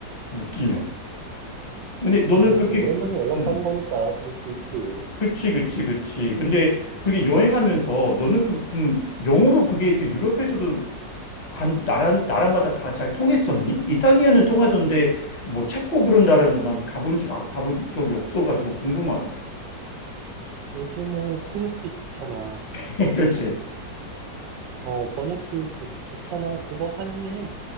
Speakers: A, on the left; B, on the right.
A: 웃기네. 근데 너는
B: 아니
A: 그렇게,
B: 오랜만에
A: 그-
B: 연락하는
A: 음,
B: 거니까 그럴 수 있지.
A: 그치, 그치, 그치. 근데 그게
B: 음.
A: 여행하면서 너는 그, 그 영어로 그게 또 유럽에서도 간, 나라, 나라마다 다 잘 통했었니? 이탈리아는 통하던데, 뭐, 체코 그런 나라는 난 가본 지가, 가본 적이 없어가지고 궁금하다.
B: 요즘은 통역기 좋잖아.
A: <laughs> 그렇지.
B: 어, 번역기 좋, 좋잖아. 그거 사용해.